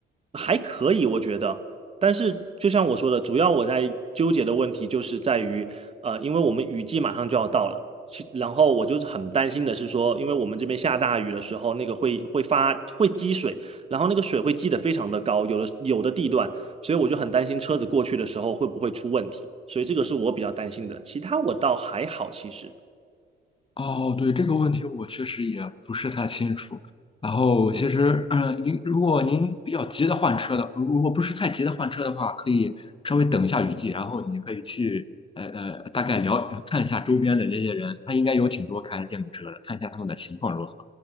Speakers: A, on the right (about 30°); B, on the left (about 25°).
A: 还可以，我觉得。但是就像我说的，主要我在纠结的问题就是在于，呃，因为我们雨季马上就要到了，其然后我就是很担心的是说，因为我们这边下大雨的时候，那个会会发会积水，然后那个水会积得非常的高，有的有的地段，所以我就很担心车子过去的时候会不会出问题，所以这个是我比较担心的，其他我倒还好，其实。
B: 哦，对，这个问题我确实也不是太清楚。然后其实，嗯，您如果您比较急的换车的，如果不是太急的换车的话，可以稍微等一下雨季，然后你可以去呃呃大概了看一下周边的这些人，他应该有挺多开电动车的，看一下他们的情况如何。